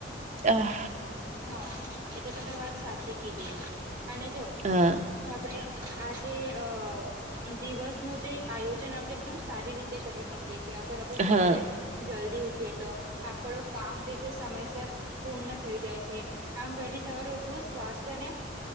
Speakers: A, on the right; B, on the right.
A: અહ.
B: હા એ તો તમે વાત સાચી કીધી અને જો,
A: હા
B: આપડે આજે અ દિવસ નું જે આયોજન આપે એકદમ સારી રીતે કરી શકીએ છે અગર આપણે સવારે
A: હા
B: જલ્દી ઉઠીએ તો, આપણું કામ જે તે સમયસર પૂર્ણ થઈ જાય છે, આમ વેહલી સવારે ઉઠવું સ્વાસ્થ્ય ને